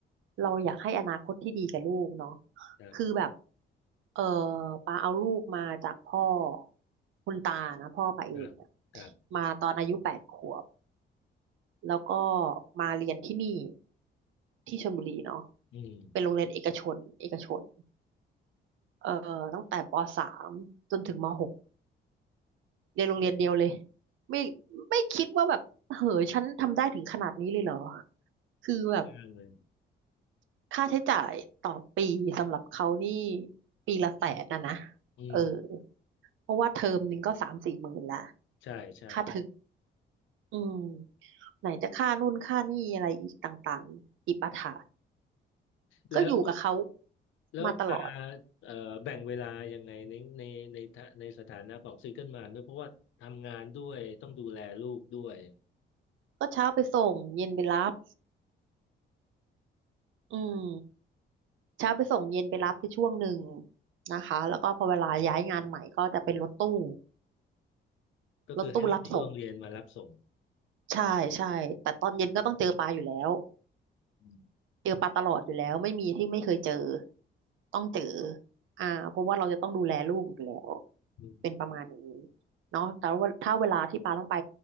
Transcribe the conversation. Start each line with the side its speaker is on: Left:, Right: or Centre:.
Right: เราอยากให้อนาคตที่ดีกับลูกเนาะ
Left: ครับ
Right: คือแบบเออปาเอาลูกมาจากพ่อคุณตานะพ่อปาเองเนี่ย
Left: ครับครับ
Right: มาตอนอายุแปดขวบแล้วก็มาเรียนที่นี่ที่ชลบุรีเนาะ
Left: อืม
Right: เป็นโรงเรียนเอกชนเอกชนเอ่อตั้งแต่ปสามจนถึงมหกเรียนโรงเรียนเดียวเลยไม่ไม่คิดว่าแบบเหอฉันทำได้ถึงขนาดนี้เลยเหรอคือแบบ
Left: ยากเลย
Right: ค่าใช้จ่ายต่อปีสำหรับเขานี่ปีละแสนนะนะ
Left: อืม
Right: เออเพราะว่าเทอมหนึ่งก็สามสี่หมื่นละ
Left: ใช่ใช่
Right: ค่าเทอมอืมไหนจะค่านู่นค่านี่อะไรอีกต่างๆอีกปะถะ
Left: แล้ว
Right: ก็อยู่กับเขา
Left: แล้วปา
Right: มาตลอด
Left: เอ่อแบ่งเวลายังไงในในในทะในสถานะของซิงเกิลมัมด้วยเพราะว่าทำงานด้วยต้องดูแลลูกด้วย
Right: ก็เช้าไปส่งเย็นไปรับอืมเช้าไปส่งเย็นไปรับคือช่วงหนึ่งนะคะแล้วก็พอเวลาย้ายงานใหม่ก็จะเป็นรถตู้
Left: ก็คือให้รถที่โรงเรียนมารับส่ง
Right: รถตู้รับส่งใช่ใช่ แต่ตอนเย็นก็ต้องเจอปลาอยู่แล้ว
Left: อืม
Right: เจอปลาตลอดอยู่แล้วไม่มีที่ไม่เคยเจอต้องเจออ่าเพราะว่าเราจะต้องดูแลลูกอยู่แล้ว
Left: อืม
Right: เป็นประมาณนี้เนาะแต่ว่าถ้าเวลาที่ปาต้องไป